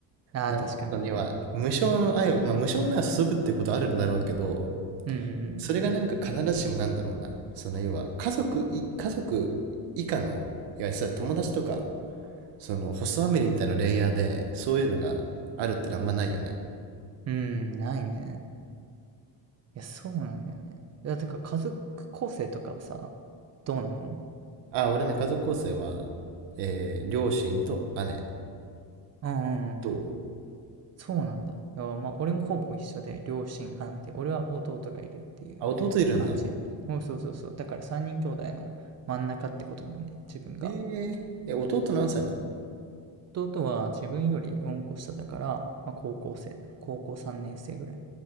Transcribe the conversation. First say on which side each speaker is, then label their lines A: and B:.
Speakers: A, on the right; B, on the right.
A: ああ、
B: なんだろう、
A: 確かに。
B: その要は、無償の愛を、まあ無償なら注ぐっていうことあるんだろうけど、
A: うん
B: それがなんか必ずしもなんだろうな、その要は、家族い、家族以下の、いや、それは友達とか、その、ホストファミリーみたいなレイヤーで、そういうのがあるってのはあんまないよね。
A: うんうん。うん、ないね。いや、そうなんだよね。だから家族構成とかはさ、どうなの
B: あ、俺ね、家族構成は、えー両親と姉
A: うんうんうんうん。
B: と、
A: そうなんだ。いや、まあ、俺もほぼ一緒で、両親、姉で、俺は弟がいるっていう感じ。
B: あ、弟いるんだ。
A: うん、そうそうそう。だから三人兄弟の真ん中ってことだね、自分が。
B: えー、え、弟何歳なの
A: 弟は自分より四個下だから、まあ、高校生、高校三年生ぐらい。